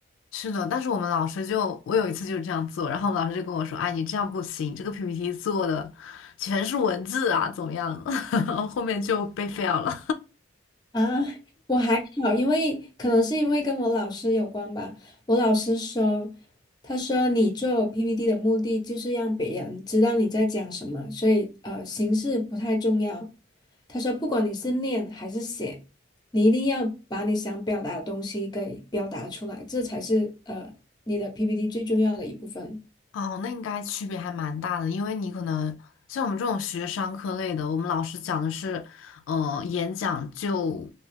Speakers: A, on the left (about 85°); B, on the left (about 20°).
A: 是的，但是我们老师就，我有一次就是这样做，然后我们老师就跟我说，哎，你这样不行，这个 PPT 做的全是文字啊，怎么样？<laughs> 后面就被 fail 了。
B: 啊，我还好，因为可能是因为跟我老师有关吧。我老师说，他说你做 PPT 的目的就是让别人知道你在讲什么，所以呃，形式不太重要。他说，不管你是念还是写，你一定要把你想表达的东西给表达出来，这才是呃你的 PPT 最重要的一部分。
A: 哦，那应该区别还蛮大的，因为你可能像我们这种学商科类的，我们老师讲的是，呃，演讲就